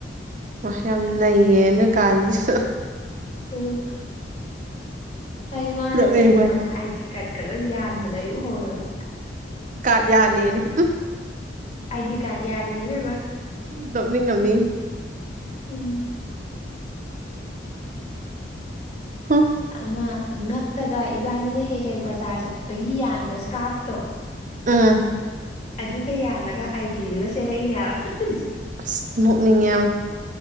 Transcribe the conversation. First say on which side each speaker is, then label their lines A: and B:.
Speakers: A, on the right (about 45°); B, on the left (about 40°).
A: ꯋꯥ ꯌꯥꯝ ꯅꯩꯌꯦ ꯅꯣꯏ ꯀꯥꯒꯤꯁꯨ
B: ꯎꯝ ꯑꯩ ꯃꯥꯅ
A: ꯅꯣꯛꯅꯤꯡ
B: ꯆꯦꯜꯂꯛꯄꯗ
A: ꯋꯥꯅꯤ
B: ꯍꯥꯏꯗꯤ ꯀ꯭ꯔꯠꯀꯥ ꯂꯣꯏ ꯌꯥꯟꯕꯗ ꯑꯩ ꯎꯍꯧꯋꯦꯕ
A: ꯀꯥ꯭ꯔꯠ ꯌꯥꯂꯤꯌꯦꯅꯦ ꯎꯝ
B: ꯑꯥꯏꯗꯤ ꯀꯥꯠ ꯌꯥꯜꯂꯤꯅꯦ ꯏꯕꯦꯝꯃꯥ
A: ꯅꯣꯛꯅꯤꯡꯉꯝꯅꯤ
B: ꯎꯝ
A: ꯍꯨꯝ
B: ꯑꯃ ꯉꯛꯇꯒ ꯏꯕꯥꯅꯤꯅ ꯍꯦꯛ ꯍꯦꯛ ꯕꯖꯥꯔ ꯆꯠꯄꯒꯤ ꯌꯥꯟꯕ ꯁ꯭ꯀꯥꯐꯇꯣ
A: ꯎꯝ
B: ꯑꯗꯨꯒ ꯌꯥꯜꯂꯒ ꯑꯥꯏ ꯗꯤꯗꯨꯒ ꯆꯦꯜꯂꯛꯏꯅꯦ ꯍꯥꯏꯕ
A: ꯑꯁ ꯅꯣꯛꯅꯤꯡꯉꯦ ꯌꯝ